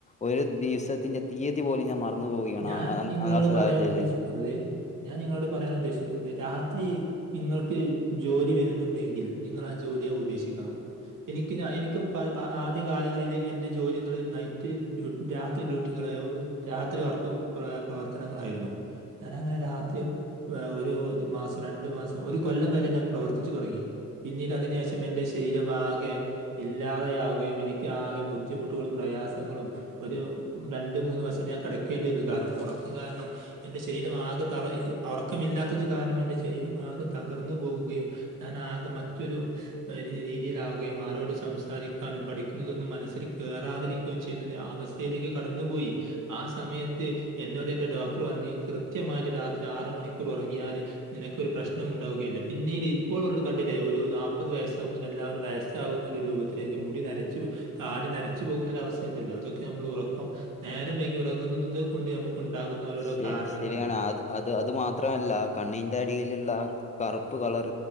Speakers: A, on the left; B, on the right.
A: ഒരു ദിവസത്തിന്റെ തീയതി പോലും ഞാൻ മറന്നു പോവുകയാണ്
B: ഞാൻ നിങ്ങളോട്
A: അങനതെ
B: പറയാൻ
A: സാഹചര്യ
B: ഉദ്ദേശിക്കുന്നത് ഞാൻ നിങ്ങളോട് പറയാൻ ഉദ്ദേശിക്കുന്നത് രാ രാത്രി നിങ്ങൾക്ക് ജോലി വരുന്നുണ്ടെങ്കിൽ നിങളാ ജോലിയെ ഉപേക്ഷിക്കണം എനിക്ക് ഞ എനിക്കും പ പ ആദ്യ കാലങ്ങളിൽ എന്റെ ജോലിഎന്ന് നൈറ്റ് ഡ്യൂ രാ രാത്രി ഡ്യൂട്ടികളെരാത്രി വർക്കും പ്രവർത്തനങ്ങളായിരുന്നു ഞങ്ങനെ രാത്രി ഏഹ് ഒരു മാസം രണ്ടു മാസം ഒരു കൊല്ലം വരെ ഞാൻ പ്രവർത്തിച്ചു തുടങ്ങി. പിന്നീട് അതിനു ശേഷം എൻറെ ശരീരംമാകെ ഇല്ലാതെയാവുകയും എനിക്ക് ആകെ ബുദ്ധിമുട്ടുകളും പ്രയാസങ്ങളും ഒരു രണ്ട് മൂന്ന് വർഷം ഞാൻ കടക്കേണ്ടി വന്നു കാരണം ഉറക്കം കാരണം എന്റെ ശരീരം ആകെ തളഅ് ഉറക്കമില്ലാത്തത് കാരണം എന്റെ ശരീരം ആകെ തകർന്നു പോവുകയും ഞാൻ ആകെ മറ്റൊരു ഒര് രീതിയിലാകുകയും ആരോട് സംസാരിക്കാനും പഠിക്കുന്നതൊന്നും മനസ്സിൽ കയറാതിരിക്കുകയും ചെയ്യുന്ന ഒരു അവസ് തയിലേക്ക് കടന്നുപോയി ആ സമയത്ത് എന്നോട് എന്റെ ഡോക്ടർ പറഞ്ഞ് കൃത്യമായിട്ട് രാത്രി ആറ് മണിക്കൂർ ഉറങ്ങിയാല് നിനക്കൊരു പ്രശ്നം ഉണ്ടാവുകയില്ല പിന്നീട് ഇപ്പോളുള്ളത് കണ്ടില്ലേ ഒരു നാപ്പത് വയസ്സാവുമ്പത്തിന് എല്ലാരും വയസ സാവുന്ന ഒരു രൂപത്തിലേക്ക് മുടി നരച്ചു താടി നരച്ചു പോകുന്നൊരവസ്ഥ ഉണ്ടല്ലോ അതൊക്കെ നമ്മള് ഉറക്കം നേരം വൈകി ഉറങ്ങുന്നത് കൊണ്ട് നമുക്ക് ഉണ്ടാകുന്ന ഓരോരോ
A: ശരി
B: കാരണങ്ങളാണ്.
A: ശരിയാണ് അത് അത് അത് മാത്രമല്ല കണ്ണിന്റെ അടിയിലുള്ള ആ കറുപ്പ് കളർ